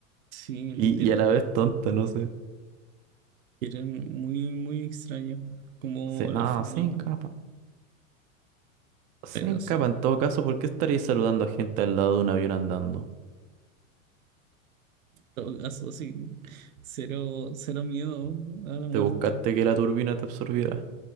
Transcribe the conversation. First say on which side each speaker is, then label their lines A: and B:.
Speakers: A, on the right; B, on the right.
A: Sí, literalmente.
B: Y, y a la vez tonta, no sé.
A: Era muy, muy extraño como
B: Se, no,
A: la forma
B: se encapa.
A: de morir.
B: Se
A: Pero
B: encapa
A: sí, en
B: en todo caso, ¿por qué estarías saludando a gente al lado de un avión andando?
A: todo caso, sí. Cero, cero miedo a la muerte.
B: ¿Te buscaste que la turbina te absorbiera?